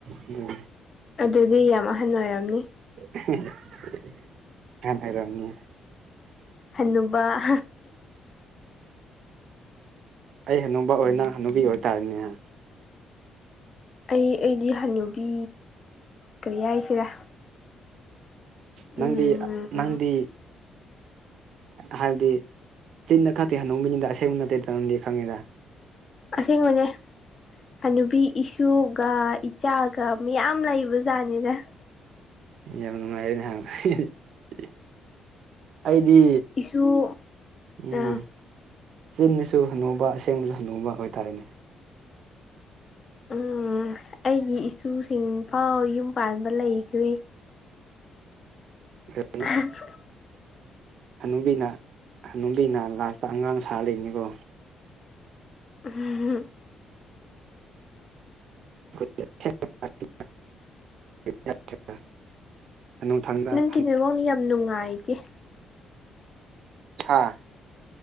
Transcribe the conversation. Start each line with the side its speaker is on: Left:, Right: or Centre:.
Right: ꯑꯗꯨꯝ
Left: ꯑꯗꯨꯗꯤ ꯌꯥꯝ ꯑꯍꯟ ꯑꯣꯏꯔꯝꯅꯤ꯫
Right: <unintelligible> ꯑꯍꯥꯟ ꯑꯣꯏꯔꯝꯅꯤ꯫
Left: ꯍꯥꯅꯨꯕ <unintelligible>
Right: ꯑꯩ ꯍꯥꯅꯨꯕ ꯑꯣꯏ ꯅꯪ ꯍꯥꯅꯨꯕꯤ ꯑꯣꯏꯇꯥꯔꯦꯅꯦꯍ
Left: ꯑꯩ ꯑꯩꯗꯤ ꯍꯥꯅꯨꯕꯤ ꯀꯔꯤ ꯍꯥꯏꯁꯤꯔꯥ꯫
Right: ꯅꯪꯗꯤ
Left: ꯎꯝ
Right: ꯅꯪꯗꯤ ꯍꯥꯏꯕꯗꯤ ꯆꯤꯟꯗ ꯈꯛꯇꯦ ꯍꯥꯅꯨꯕꯤ ꯃꯤꯅꯤꯗ ꯑꯁꯦꯡꯕ ꯅꯠꯇꯦꯗ ꯅꯪꯗꯤ ꯈꯪꯉꯦꯗ꯫
Left: ꯑꯁꯦꯡꯕꯅꯦ ꯍꯅꯨꯕꯤ ꯏꯁꯨꯒ ꯏ ꯏꯆꯥꯒ ꯃꯤꯌꯥꯝ ꯂꯩꯕꯖꯥꯠꯅꯤꯗ
Right: ꯌꯥꯝ ꯅꯨꯡꯉꯥꯏꯔꯦꯅꯦꯍꯥ <unintelligible> ꯑꯩꯗꯤ
Left: ꯏꯁꯨ
Right: ꯎꯝ
Left: ꯑꯥ
Right: ꯆꯤꯟꯗꯁꯨ ꯍꯥꯅꯨꯕ ꯑꯁꯦꯡꯕꯁꯨ ꯍꯥꯅꯨꯕ ꯑꯣꯏꯇꯥꯔꯦꯅꯦ
Left: ꯎꯝ ꯑꯩꯒꯤ ꯏꯁꯨꯁꯤꯡꯐꯥꯎ ꯌꯨꯝ ꯄꯥꯟꯕ ꯂꯩꯈ꯭ꯔꯦ꯫
Right: <unintelligible>
Left: <unintelligible>
Right: ꯍꯅꯨꯕꯤꯅ ꯍꯅꯨꯕꯤꯅ ꯂꯥꯁꯇ ꯑꯉꯥꯡ ꯁꯥꯔ ꯂꯩꯅꯤꯀꯣ
Left: <unintelligible>
Right: <unintelligible> ꯅꯨꯡꯊꯪꯗ
Left: ꯅꯪꯀꯤ ꯅꯦꯋꯣ ꯌꯥꯝ ꯅꯨꯡꯉꯥꯏꯇꯦ
Right: ꯍꯥꯥ